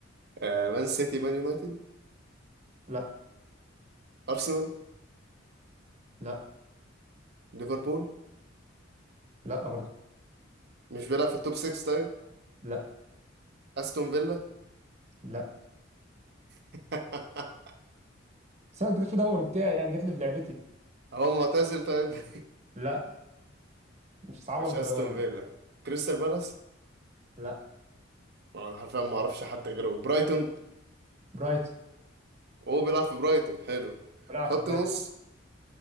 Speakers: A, on the right; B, on the right.
A: آه مان سيتي مان يونايتد
B: لا
A: أرسنال
B: لا
A: ليفربول
B: لا برضه
A: مش بيلعب في التوب 6 طيب
B: لا
A: أستون فيلا
B: لا
A: <laughs>
B: بس انا اديك في دوري بتاعي يعني جت لي في لعبتي
A: هو معتزل طيب <laughs>
B: لا مش صعبه
A: مش
B: للدرجه
A: أستون
B: دي يعني
A: فيلا كريستال بالاس
B: لا
A: ما انا حرفيا ما اعرفش حد غيره في برايتون
B: برايتون
A: وهو بيلعب في برايتون حلو
B: بيلعب
A: خط
B: في برايتون
A: نص